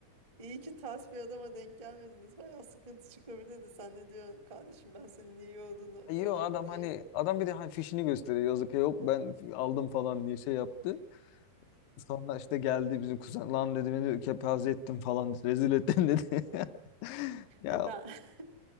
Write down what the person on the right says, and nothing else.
İyi ki ters bir adama denk gelmediniz. Bayağı sıkıntı çıkabilirdi. Sen ne diyorsun kardeşim ben senin niye yoğurdunu
alayım
diye.
E ben <laughs>